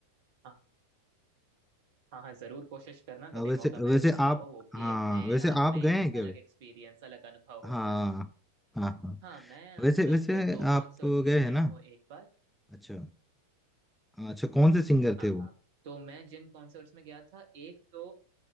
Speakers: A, on the right; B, in the centre.
A: हाँ हाँ हाँ जरूर कोशिश करना कभी
B: आ, वैसे
A: मौका मिले
B: वैसे
A: तो
B: आप
A: जाओ वो भी
B: हाँ
A: अपने
B: वैसे
A: आप
B: आप
A: में
B: गए
A: एक
B: हैं क्या
A: अलग
B: भाई
A: एक्सपीरियंस अलग अनुभव होता
B: हाँ
A: है
B: हाँ हाँ
A: हाँ मैं आज
B: वैसे वैसे
A: तक दो
B: आप
A: कॉन्सर्ट्स में
B: गए
A: गया
B: हैं ना
A: हूँ एक बार
B: अच्छा अच्छा कौन से सिंगर
A: हाँ
B: थे वो
A: हाँ तो मैं जिन कॉन्सर्ट्स में गया था एक तो